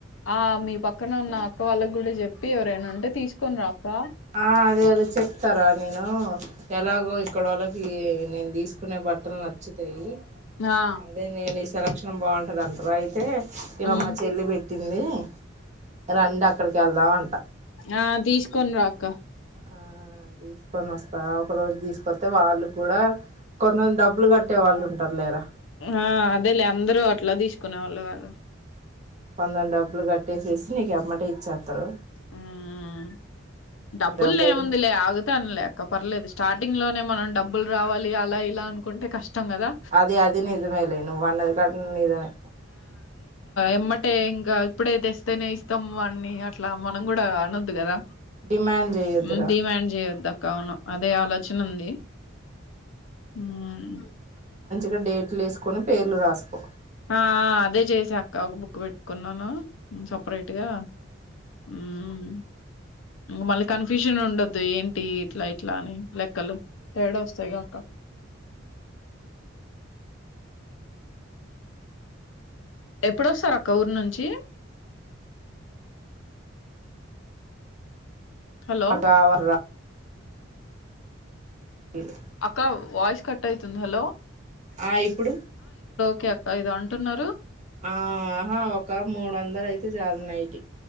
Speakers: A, on the left (about 75°); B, on the right (about 35°).
A: ఆ మీ పక్కన ఉన్న అక్క వాళ్ళకి కూడా చెప్పి ఎవరైనా ఉంటే తీసుకొని రా అక్క
B: ఆ అదే అదే చెప్తారా నేను ఎలాగో ఇక్కడోళ్ళకీ నేను తీసుకునే బట్టలు నచ్చుతయీ
A: ఆ
B: అదే నేనీ సెలక్ష బాగుంటంది అంటరు అయితే ఇలా
A: ఉమ్
B: మాచెల్లె పెట్టింది లే రండక్ ఇక్కడికెళ్దాం అంది
A: ఆ తీస్ కొన్ రాక
B: ఆ తీసుకొని వస్ ఒక రోజు తీసుకొత్తే వాళ్ళు కూడా కొంతంది డబ్బులు కట్టే వాళ్ళు ఉంటారు లేరా
A: ఆ అదే లే అందరూ అట్లా తీసుకునేవాళ్ళు కాద
B: కొందం డబ్బులు కట్ పే చేేసి నీకు ఎమ్మటే ఇచ్చేత్తరు
A: హుం మ్ మ్ డబ్బుల్దేముందిలే
B: డబ్బుది
A: ఆగ్ సన్ లే అక్క పర్లేదు స్టార్టింగ్ లోనే మనం డబ్బులు రావాలి అలా ఇలా అనుకుంటే కష్ టం కదా
B: అది అది నిజమేలే నువ్వు అన్నది కూడా నిజమే
A: ఎమ్మటే ఇంకా ఇప్పుడైతే ఇస్తేనే ఇస్తాం వన్నీ అట్లా మనం కూడా అనొద్దు కదా
B: డిమాండ్ చేయొద్దురా
A: ఉమ్ డిమాండ్ చేయద్ద అవును అదే ఆలోచన ఉంది ఉమ్
B: గ డేట్లు వేసుకొని పేర్లు రాసుకో
A: ఆ ఆ అదే చేసా అక్క ఒక బుక్ పెట్టుకున్నాను సపరేట్ గా మ్ మళ్ళీ కన్ఫ్యూషన్ ఉండొద్దు ఏంటి ఇట్ల ఇట్ల అని లెక్కలు తేడా వస్తాయి గా అక్క ఎప్పుడొస్తారు అక్క ఊరు నుంచి హలో!
B: అదావద ఇ <unintelligible>
A: అక్క వాయిస్ కట్ అయితుంది హలో
B: ఆ ఇప్పుడు
A: కే అక్క ఏదో అంటున్నరు
B: ఆహా ఒక మూడు వందలు అయితే చాల నైటి